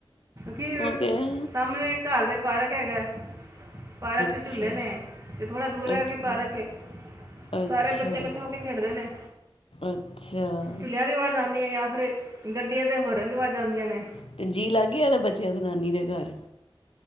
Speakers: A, on the right; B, on the left.
A: ਕੀ
B: ਉਹ ਤੇ ਹੈ
A: ਸਾਹਮਣੇ ਘਰ ਦੇ ਪਾਰਕ ਹੈਗਾ ਪਾਰਕ
B: ਅੱਛਾ
A: ਦੇ ਝੂਲੇ ਨੇ ਤੇ ਥੋੜ੍ਹਾ ਦੂਰ ਹੈ
B: ਅੱਛਾ
A: ਕੇ ਪਾਰਕ
B: ਅੱਛਾ
A: ਸਾਰੇ ਬੱਚੇ ਇਕੱਠੇ ਹੋ ਕੇ ਖੇਡਦੇ ਨੇ
B: ਅੱਛਾ
A: ਚੁਲਿਆਂ ਦੀ ਆਵਾਜ਼ ਆਉਂਦੀ ਹੈ ਜਾਂ ਫਿਰ ਗੱਡੀਆਂ ਦੇ ਹੋਰਨ ਦੀ ਆਵਾਜ਼ ਆਉਂਦੀਆਂ ਨੇ
B: ਅਤੇ ਜੀ ਲਾਗੇ ਉਹਦੇ ਬੱਚਿਆਂ ਨਾਨੀ ਦੇ ਘਰ